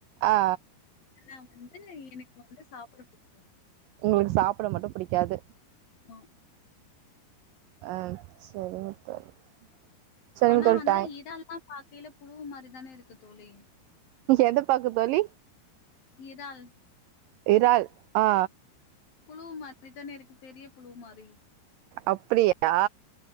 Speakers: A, on the right; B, on the left.
A: ஆ
B: நா வந்து எனக்கு வந்து சாப்பிட புடிக்காது
A: உங்களுக்கு சாப்பிட மட்டும் புடிக்காது
B: மா
A: அ செரிங்க தோழி சரிங்க
B: அனா
A: தோழி
B: வந்து
A: டை
B: இறால்லா பாக்கையில புழுவு மாரிதான இருக்கு தோழி
A: எத பாக்க தோழி
B: இறால்
A: இறால் ஆ
B: புழுவு மாதிரி தானே இருக்கு பெரிய புழுவ் மாதிரி
A: அப்டியா